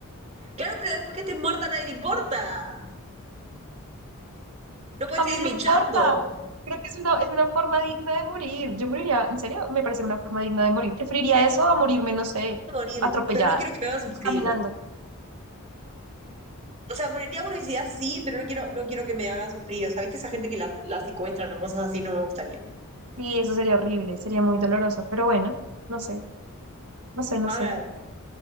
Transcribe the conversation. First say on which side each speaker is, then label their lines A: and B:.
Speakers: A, on the right; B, on the right.
A: Claro, pero después que estés muerta a nadie le importa. No puedes
B: A
A: seguir
B: mí me
A: luchando.
B: importa. Creo que es una, es una forma digna de morir. Yo moriría, en serio, me parece una forma digna de morir. Preferiría eso a morirme, no sé,
A: Quiero morir,
B: atropellada,
A: pero no quiero que me hagas sufrir.
B: caminando.
A: O sea, moriría por obesidad, sí, pero no quiero, no quiero que me hagan sufrir. O sea, ¿viste esa gente que la, la secuestran o cosas así? No me gustaría.
B: Sí, eso sería horrible, sería muy doloroso, pero bueno, no sé, no sé, no
A: A
B: sé.
A: ver.